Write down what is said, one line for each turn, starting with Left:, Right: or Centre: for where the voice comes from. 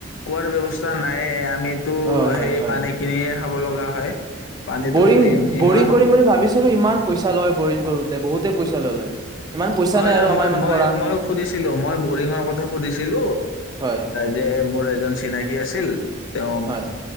Left: কোৱাৰ ব্য্ৱস্থা া নাইে আ আমিতো
Right: হয় হয়
Left: সেই
Right: হয়
Left: পানী কিনিয়ে খাব লগা হয় পানীটোতো
Right: বৰিং
Left: ইম-
Right: বৰিং
Left: ইমান
Right: কৰিম বুলি ভাবিছিলো ইমান পইচা লয় বৰিং কৰোতে বহুতেই পইচা লয় লয় ইমান পইচা
Left: হয়
Right: নাই
Left: হয়
Right: আৰু আমাৰ
Left: মই
Right: ইমান
Left: মই
Right: কৰা
Left: মইো সুধিছিলো মই বৰিঙৰ কথা সুধিছিলো
Right: হয়
Left: যে মোৰ এজন চিনাকি কি আছিল তেওঁ
Right: হয়